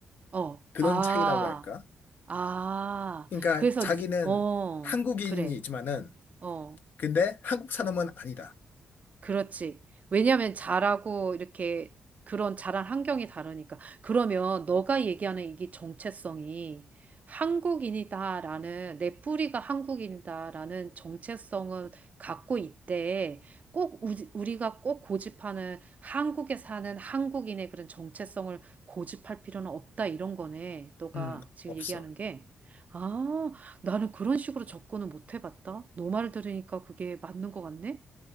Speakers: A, on the right; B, on the left.
A: 어.
B: 그런
A: 아.
B: 차이라고 할까?
A: 아.
B: 그러니까
A: 그래서
B: 자기는
A: 어.
B: 한국인이지만은
A: 그래. 어.
B: 근데 한국 사람은 아니다.
A: 그렇지. 왜냐하면 자라고 이렇게 그런 자란 환경이 다르니까. 그러면 너가 얘기하는 이게 정체성이 한국인이다라는 내 뿌리가 한국인이다라는 정체성은 갖고 있대. 꼭 우지- 우리가 꼭 고집하는 한국에 사는 한국인의 그런 정체성을 고집할 필요는 없다 이런 거네. 너가
B: 음,
A: 지금
B: 없어.
A: 얘기하는 게. 아, 나는 그런 식으로 접근을 못 해봤다. 너 말 들으니까 그게 맞는 것 같네.